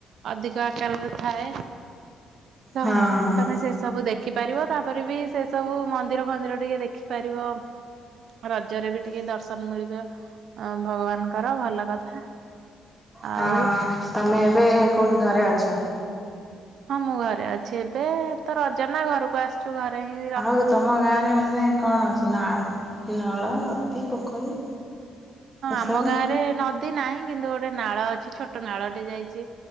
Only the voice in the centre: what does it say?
ହଁ ହଁ
ହଁ
ତମେ ଏବେ କୋଉଠି ଘରେ ଅଛ?
ଆଉ ତମ ଗାଁରେ ମାନେ କଣ ଅଛି ନା ନଳ, ନଦୀ, ପୋଖରୀ?
ଏସବୁ